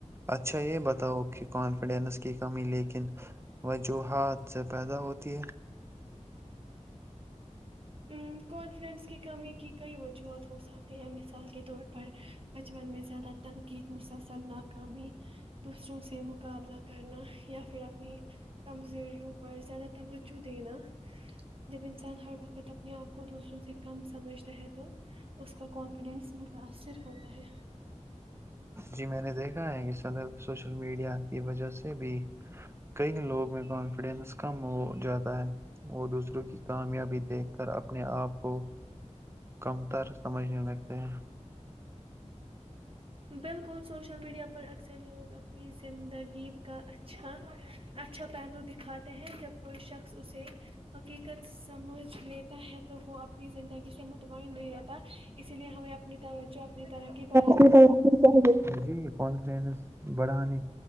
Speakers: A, on the right (about 20°); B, on the right (about 45°).
A: اچھا یہ بتاؤ کہ کانفیڈینس کی کمی لیکن وجوہات سے پیدا ہوتی ہے
B: ہ کانفیڈنس کی کمی کی کئی وجوہات ہو سکتی ہیں م سے مثال کے طور پر بچپن میں زیادہ تنقید مسلسل ناکامی دوسروں سے مقابلہ کرنا یا پھر اپنی کمزوریوں پر زیادہ توجہ دینا جب انسان ہر وقت اپنے آپ کو دوسروں سے کم سمجھتا ہے تو اس کا کانفیڈینس متاثر ہوتا ہے
A: جی میں نے دیکھا ہے کہ طدح سوشل میڈیا کی وجہ سے بھی کئی لوگ میں کانفیڈینس کم ہو جاتا ہے وہ دوسروں کی کامیابی دیکھ کر اپنے آپ کو کم تر سمجھنے لگتے ہیں
B: بالکل سوشل میڈیا پر اکثر لوگ اپنی زندگی کا اچھا اچھا پہلو دکھاتے ہیں جب کوئی شخص اسے حقیقت سمجھ لیتا ہے تو وہ اپنی زندگی سے مطمئن نہیں رہتا اسی لیے ہمیں تاب بچوں اپنی ترقی پرڑھ
A: <unintelligible> بڑا نہیں